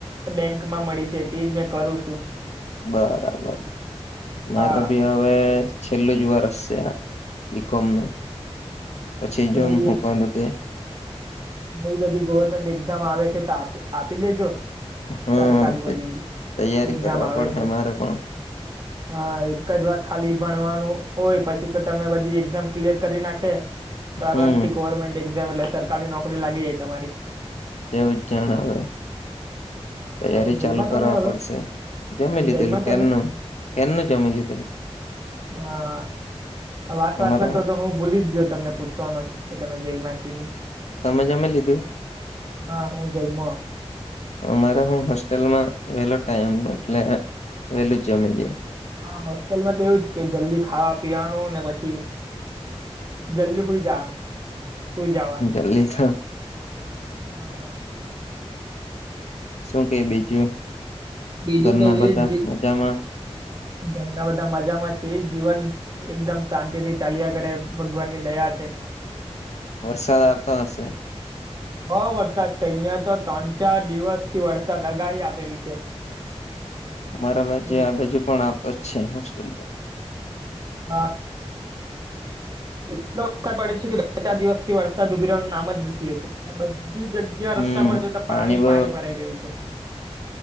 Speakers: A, on the right; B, on the left.
A: બેંક માં મળી છે તેજ મેં કરું છું.
B: બરાબર મારે
A: હા
B: ભી હવે છેલ્લું જ વર્ષ છે. બીકોમ નું પછી
A: હવે
B: જોમ
A: બી
B: હું કારૂ તે,
A: એ બધી ગવર્મેન્ટ એક્ઝામ આવે છે તો આપ આપી દેજો.
B: હા
A: સરકારી બધી
B: તૈયારી
A: એક્ઝામ
B: કરવા
A: આવે
B: પડહે
A: છે.
B: મારે પણ
A: હા એક જ વાર ખાલી ભણવાનું હોય પછી તો તમે બધી એઝામ ક્લિયર કરી નાખે. કારણથી
B: હમ
A: ગવર્મેન્ટ એક્ઝામ એટલે સરકારી નોકરી લાગી જાય તમારી.
B: તેવું જણાવે,
A: હા
B: તૈયારી
A: પછી જઈમાં
B: ચાલુ કરવા
A: તમે હવે
B: પડશે, જમી
A: જયમાં
B: લીધેલું
A: તમે
B: કેનનું કેનનું જમી લીધેલું.
A: હા વાત
B: અમારે
A: વાતમાં તો તો હું ભૂલી જ ગયો તમને પૂછ ન કે તમે જઈ મા ક ની.
B: તમે જમી લીધું.
A: હા હું જયમો
B: અમારે હું હોસ્ટેલમાં વેલો ટાઈમ એટલે વેલું જમી લેઓ.
A: હા હોસ્ટેલમાં તો એવું જ કે જલ્દી ખાવા પીવાનું ને પછી. જલ્દી સુઈ જવાનું, સુઈ જવાનું.
B: એ લ હ,
A: હા.
B: શું કે બીજું
A: બીજું
B: ઘરના
A: તો
B: બધા
A: એજ જે
B: મજામાં.
A: ઘરના બધા મજામાં છે જીવન, એકદમ શાંતિ થી ચાલ્યા કરે ભગવાન ની દયા છે.
B: વરસાદ આવતો હશે.
A: બ વરસાદ છે અહિયાં તો ત્રણ ચાર દિવસ થી વરસાદ આગાહી આપેલી છે.
B: અમારા બાજુ
A: બ
B: આ બાજુ પણ આ જ છે હોસ્ટલ પ
A: અ એટલો વરસાદ પડે છે કે બે ચાર દિવસ થી વરસાદ ઉભી રહેવાનું નામ જ નથી લેતું. બધી જગ્યા
B: હમ
A: રસ્તા પર જ તો પાણી
B: બ
A: પાણી ભરાઈ ગયું છે.